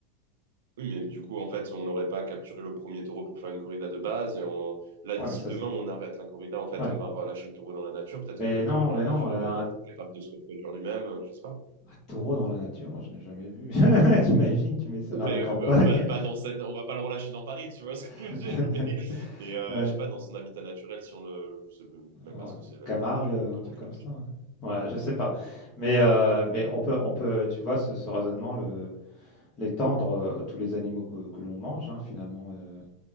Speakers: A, on the right (about 60°); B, on the left (about 25°).
A: Oui, mais du coup, en fait, on n'aurait pas capturé le premier taureau pour faire une corrida de base. Et on... là, d'ici
B: Ouais, mais ça,
A: demain,
B: c'est-
A: on arrête la corrida, en fait,
B: ouais.
A: on va relâcher le taureau dans la nature. Peut-être
B: Mais
A: que le
B: non,
A: taureau dans
B: mais
A: la
B: non,
A: nature,
B: euh,
A: il va être
B: un,
A: capable de se reproduire lui-même, euh, je sais pas.
B: un taureau dans la nature, moi, je n'ai jamais vu. <laughs> T'imagines, tu mets ça dans
A: Mais
B: la campagne,
A: bah, pas, pas dans cette, on va pas le relâcher dans Paris, tu vois ce que je
B: <laughs>
A: veux dire. Mais, mais euh,
B: Ouais.
A: je sais pas, dans son habitat naturel, si on le, je sais même
B: Alors,
A: pas ce que c'est l'habitat
B: Camargue,
A: naturel
B: un
A: du taureau,
B: truc comme
A: je te cache.
B: ça.
A: pas.
B: Ouais, je sais pas. Mais, euh, mais on peut, on peut, tu vois, ce, ce raisonnement le, les tendre euh, tous les animaux que, que l'on mange, hein, finalement, euh,